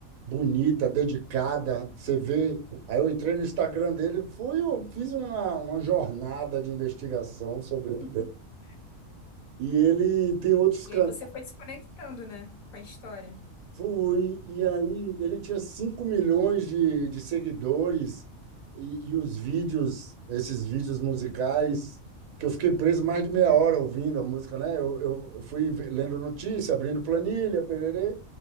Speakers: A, on the right; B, on the left.
A: bonita, dedicada. Você vê. Aí eu entrei no Instagram dele, fui, eu fiz uma, uma jornada de investigação sobre o tema.
B: <laughs>
A: E ele tem outros
B: E
A: canais
B: aí você foi se conectando, né, com a história.
A: Fui, e aí ele tinha 5 milhões de, de seguidores e, e os vídeos, esses vídeos musicais, que eu fiquei preso mais de meia hora ouvindo a música, né? Eu, eu, eu fui ve- lendo notícia, abrindo planilha, pererê,